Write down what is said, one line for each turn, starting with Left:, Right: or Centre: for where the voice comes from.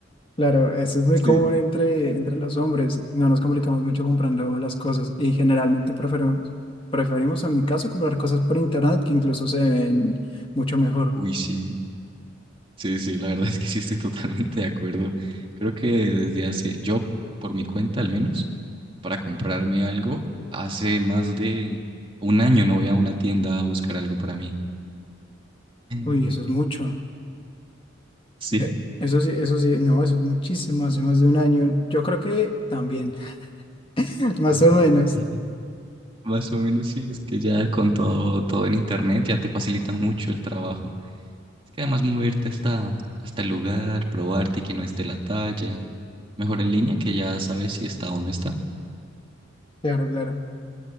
Left: claro, eso es muy común
Right: Sí.
Left: entre, entre los hombres, no nos complicamos mucho comprando las cosas y generalmente preferimos, preferimos en mi caso comprar cosas por internet que incluso se ven mucho mejor.
Right: Uy, sí, sí, sí, la verdad es que sí estoy totalmente de acuerdo. Creo que desde hace, yo por mi cuenta al menos, para comprarme algo, hace más de un año no voy a una tienda a buscar algo para mí. <laughs>
Left: Uy, eso es mucho.
Right: Sí.
Left: Eh, Eso sí, eso sí, no, eso es muchísimo, hace más de un año. Yo creo que también, <laughs> más
Right: <laughs>
Left: o menos.
Right: Más o menos sí, es que ya con todo, todo en internet ya te facilita mucho el trabajo. Es que además moverte hasta, hasta el lugar, probarte y que no esté la talla. Mejor en línea que ya sabes si está o no está.
Left: Claro, claro.